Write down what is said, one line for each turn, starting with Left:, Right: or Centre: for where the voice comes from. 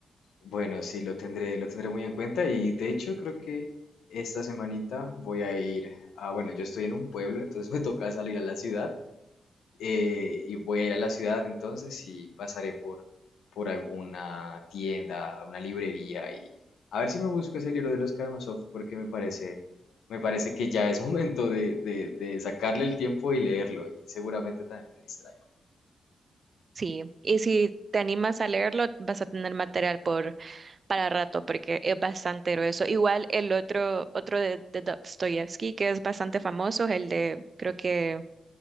Left: Bueno, sí, lo tendré, lo tendré muy en cuenta y de hecho creo que esta semanita voy a ir a, bueno, yo estoy en un pueblo, entonces <laughs> me toca salir a la ciudad eh, y voy a ir a la ciudad entonces y pasaré por, por alguna tienda, una librería y a ver si me busco ese libro de los Karamazov porque me parece, me parece que ya es <laughs> momento de, de, de sacarle el tiempo y leerlo y seguramente también me distraigo.
Right: Sí, y si te animas a leerlo, vas a tener material por, para rato, porque es bastante grueso. Igual el otro, otro de, de Dostoyevsky, que es bastante famoso, es el de, creo que,